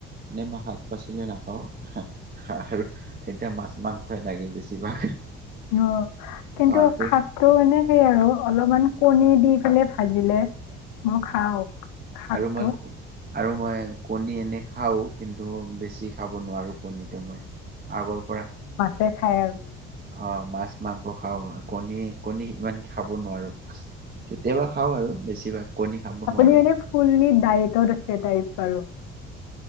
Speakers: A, on the right; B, on the left.
A: এনে মই শাক পাচলি নাখাওঁ হেহ আৰু এতিয়া মাছ মাংসই লাগে বেছিভাগ
B: অ কিন্তু
A: অ তে
B: শাক টো মানে সেই আৰু অলপমান কণী দি পেলায় ভাজিলে মই খাওঁ শাকটো
A: আৰু মই আৰু মই কণী এনে খাও কিন বেছি খাব নোৱাৰো কণীটো মই আগৰ পৰা।
B: দে খায় আৰু
A: অ মাছ মাংস খাও কণী কণী ইমান খাব নোৱাৰো কেতিয়াবা খাওঁ আৰু বেছিভাগ কণী খাব
B: আপুনি
A: নোৱাৰো।
B: এনে ফুল ডায়েটত আছে তাই বাৰো